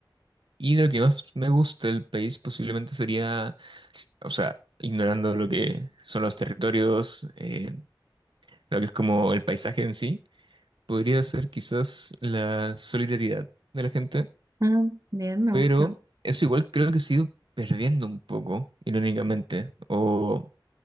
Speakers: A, on the right; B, on the right.
A: Y de lo que más me gusta del país posiblemente sería, s- o sea, ignorando lo que son los territorios, eh, lo que es como el paisaje en sí podría ser quizás la solidaridad de la gente,
B: Ah, bien, me
A: pero
B: gusta.
A: eso igual creo que se ha ido perdiendo un poco, irónicamente, o,